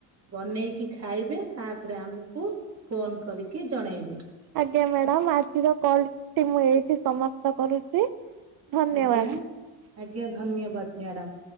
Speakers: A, on the right; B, on the right.
A: ବନେଇକି ଖାଇବେ ତାପରେ ଆମକୁ ଫୋନ କରିକି ଜଣେଇବେ।
B: ଆଜ୍ଞା ମ୍ୟାଡାମ ଆଜିର କଲଟି ମୁଁ ଏଇଠି ସମାପ୍ତ କରୁଛି। ଧନ୍ୟବାଦ।
A: ଆଜ୍ଞା ଆଜ୍ଞା ଧନ୍ୟବାଦ ମ୍ୟାଡ଼ାମ।